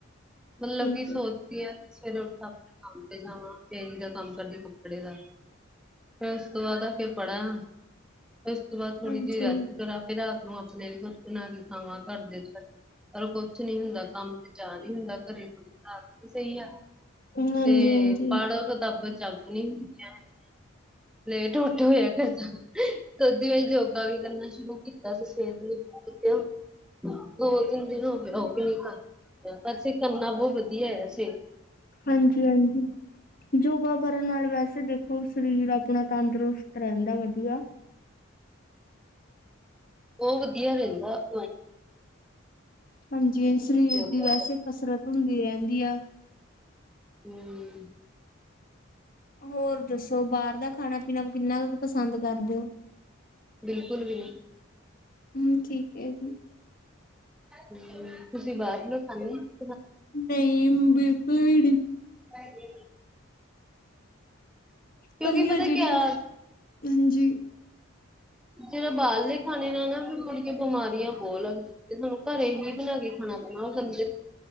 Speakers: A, in the centre; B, on the left.
A: ਮਤਲਬ
B: ਠੀਕ
A: ਕੀ ਸੋਚਦੀ
B: ਹੈ
A: ਆ ਕਿ ਸਵੇਰੇ ਉੱਠ ਕਮਤੇ ਜਾਵਾਂ ਫੇਰੀ ਦਾ ਕੰਮ ਕਰਦੀ ਕੁਪੜੇ ਦਾ ਫਿਰ ਉਸ ਤੋਂ ਬਾਅਦ ਆ ਕੇ ਪੜਾਅ। ਫੇਰ ਉਸ ਤੋ ਬਾਅਦ ਥੋੜੀ
B: ਹਾਂਜੀ
A: ਜਿਹੀ ਰਹਿੰਦੀ ਕਰ ਫਿਰ ਰਾਤ ਨੂੰ ਬਿਲਕੁਲ ਉਹਨਾਂ ਦੀ ਥਾਵਾਂ ਘਰਦੇ--ਪਰ ਕੁਛ ਨੀ ਹੁੰਦਾ ਕੰਮ। ਤੇ ਜਾ ਨ ਹੀ ਹੁੰਦਾ ਘਰੇ ਤੋਂ। ਹਾਂ ਸਹੀ ਆ।
B: ਹਾਂਜੀ
A: ਤੇ
B: ਹਾਂਜੀ
A: ਪੜੋ ਕਿਤਾਬਾਂ ਚ। ਜਲ ਨ ਹੁੰਦੀਆਂ ਹੈਗੀਆਂ <inaudible> ਲੇਟ ਉੱਠ ਹੋਇਆ ਕਰਦਾ ਸ ਕਰਦੀ ਆ ਯੋਗਾ ਵੀ ਕਰਨਾ ਸ਼ੁਰੂ ਕੀਤਾ ਸੀ ਸਿਹਤ ਲਈ ਦੋ ਤਿੰਨ ਦਿਨ ਹੋ ਗਏ ਉਹ ਪਰਸੀਂ ਕਰਨਾ ਬਹੁਤ ਵਧੀਆ ਹੈ ਵੈਸੇ।
B: ਹਾਂਜੀ- ਹਾਂਜੀ ਯੋਗਾ ਕਰਨ ਨਾਲ ਵੈਸੇ ਦੇਖੋ ਉਹ ਸਰੀਰ ਆਪਣਾ ਤੰਦਰੁਸਤ ਰਹਿੰਦਾ ਵਧੀਆ।
A: ਉਹ ਵਧੀਆ ਰਹਿੰਦਾ <inaudible>
B: ਹਾਂਜੀ ਸਰੀਰ
A: ਯੋਗਾ
B: ਦੀ ਵੈਸੇ ਕਸਰਤ ਹੁੰਦੀ ਰਹਿੰਦੀ ਆ।
A: ਹਮ
B: ਹੋਰ ਦੱਸੋ ਬਾਹਰ ਦਾ ਖਾਣਾ ਪੀਣਾ ਕਿੰਨਾ ਕੁ ਪਸੰਦ ਕਰ ਦਿਓ
A: ਬਿਲਕੁਲ ਵੀ ਨਹੀਂ।
B: ਹ ਠੀਕ ਹੈ ਜੀ।
A: ਹਮ ਤੁਸੀਂ ਬਾਦ ਮੇ ਖਾਂਨੇ ਹੋ।
B: ਨਹੀਂ ਬਿਲਕੁਲ ਵੀ ਨਹੀਂ।
A: ਹਾਂਜੀ <inaudible> ਕਿਉਂਕਿ
B: ਕੱਲੀਆਂ
A: ਪਤਾ
B: ਜਿਹੜੀਆਂ-
A: ਕਿਆ
B: ਹਾਂਜੀ
A: ਜਿਹੜਾ ਬਾਹਰਲੇ ਖਾਣੇ ਨਾਲ ਨਾ ਨਾ ਮੁੜਕੇ ਬਿਮਾਰੀਆਂ ਬਹੁ ਲਗਦੀ। ਤੇ ਤੁਾਨੂੰ ਘਰੇ ਹੀ ਬਣਾ ਗਿ। ਖਾਣਾ ਬਣਾ ਦਿੰਦੇ